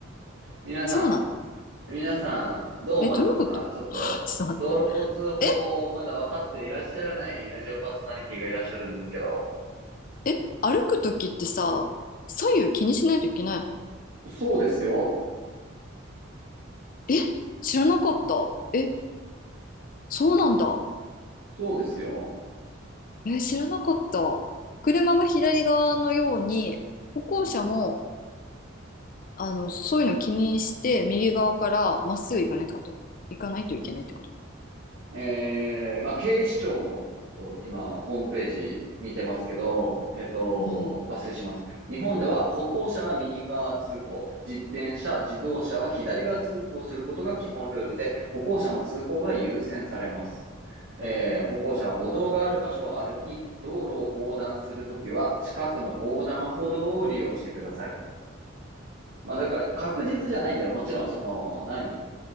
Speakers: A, on the right; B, on the left.
A: 皆さ
B: そうなの
A: ん、皆さん、どう思いますかちょっと、
B: え、どういうこと <laughs> <sighs> ちょっと待って。
A: 道路交通法をまだ分かっていらっしゃらないラジオパーソナリティがいらっしゃるんですけど。
B: え、え、歩くときってさ、左右気にしないといけないの
A: そうですよ。
B: え、知らなかった。え、そうなんだ。
A: そうですよ。
B: えー知らなかった。車が左側のように、歩行者も、
A: うん。
B: あの、そういうの気にして、右側からまっすぐ行かないってことね。行かないといけないってこと。
A: えー、まあ、警視庁の、ちょっと今、ホームページ見てますけど、えっと、
B: うん。
A: 抜粋します。日本では歩行者は右側通行、自転車、自動車は左側通行することが基本ルールで、歩行者の通行が優先されます。えー、歩行者は歩道がある場所を歩き、道路を横断するときは、近くの横断歩道を利用してください。まあ、だから確実じゃないんだよ。もちろん、その、何